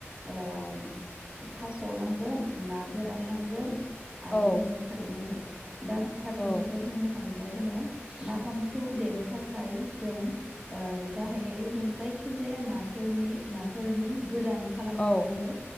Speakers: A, on the right (about 20°); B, on the left (about 20°).
A: ओम थास' नांगोन ना गोरान नांगोन
B: औ
A: आरो जोंनो खारै नांगोन। दा फारसेनि
B: औ
A: <unintelligible> बा जोङो नाफामखौ देनो थाखाय जों ओं गाहायै जों जायखिजाया नाफोरनि-नाफोरनि गोरान खालामनो
B: औ
A: नांगौ